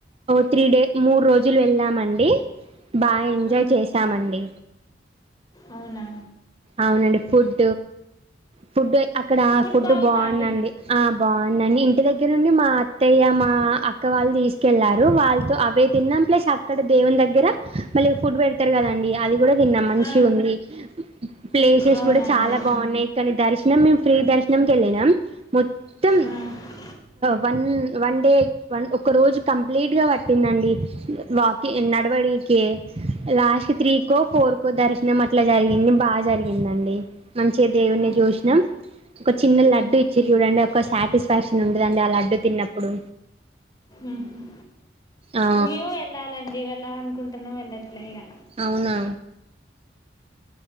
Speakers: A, on the right (about 35°); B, on the left (about 20°).
A: త్రీ డేస్ మూడు రోజులు వెళ్ళామండి బాగా ఎంజాయ్
B: ఆ,
A: చేశామండి
B: అవునా
A: అవునండి ఫుడ్ ఫుడ్ అక్కడ ఫుడ్
B: బాగుందా
A: బాగుందండి
B: అండి
A: ఆ బాగుంది ని ఇంటి దగ్గర నుండి మా అత్తయ్య మా అక్క వాళ్ళు తీసుకెళ్ళారు వాళ్ళతో అవే తిన్నాం ప్లస్ అక్కడ దేవుని దగ్గర మళ్ళీ ఫుడ్ పెడతారు కదండి అది కూడా తిన్నాం మంచి
B: ఆ,
A: ఉంది ప్లేసెస్
B: అవునా
A: కూడా చాలా
B: అండి
A: బాగున్నాయి కానీ దర్శనం మేము ఫ్రీ దర్శం ం క వెళ్ళినా మొత్తం
B: ఆ, ఆ.
A: వన్ వన్ డే ఒక రోజు కంప్లీట్ గా పట్టిందండి వాకింగ్ నడవడిక లాస్ట్ త్రీ కో ఫోర్ కో దర్శనం అట్లా జరిగింది బాగా జరిగిందండి మంచిగా దేవుని
B: మ్మ్.
A: చూసినాం ఒక చిన్న
B: మ్మ్.
A: లడ్డు ఇచ్చి చూడండి ఒక సాటిస్ఫాక్షన్ ఉండదండి ఆ లడ్డు తిన్నప్పుడు
B: మ్మ్.
A: ఆ
B: మేము వెళ్ళాలిండి వెళ్ళాలనుకుంటున్నాం వెళ్ళరు ప్లయగా
A: అవునా